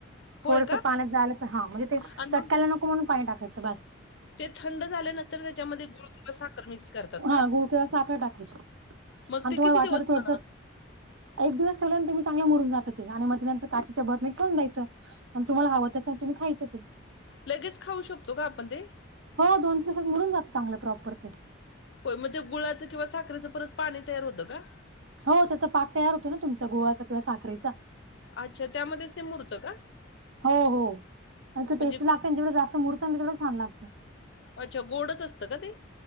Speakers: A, on the left; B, on the right.
A: होय
B: थोडंसं
A: का?
B: पाण्यात जायला तर हा म्हणजे ते
A: आणि
B: चटकायला
A: मग
B: नक <unintelligible> पाणी टाकायचं बसं.
A: ते थंड झाल्यानंतर त्याच्यामध्ये किंवा साखर मिक्स करतात
B: हा
A: का?
B: गुळ किंवा साखर टाकायची.
A: मग
B: आणि
A: ते
B: तुम्हाला
A: किती
B: वाटलं
A: दिवस
B: तर थोडसं.
A: अ,
B: एक दिवस ठेवल्यानंतर मी चांगल्या मुरून जात ते आणि मध्ये नंतर काचेच्या बरणीत ठेवून जायचं. आणि तुम्हाला हवं तसं तुम्ही खायच ते.
A: लगेच खाऊ शकतो का आपण ते?
B: हो दोन तीन दिवसात मुरून जातं चांगलं प्रॉपर ते.
A: होय. मग ते गुळाचं किंवा साखरेचं परत पाणी तयार होतं का?
B: हो त्याचा पाक तयार होतो ना तुमचा गुळाचा किंवा साखरेचा.
A: अच्छा त्यामध्येच ते मुरतं का?
B: हो हो, परंतु
A: म्हणजे
B: टेस्टी लागते जेवढं जास्त मुरत ना तेवढं छान लागतं.
A: अच्छा गोडच असतं का ते?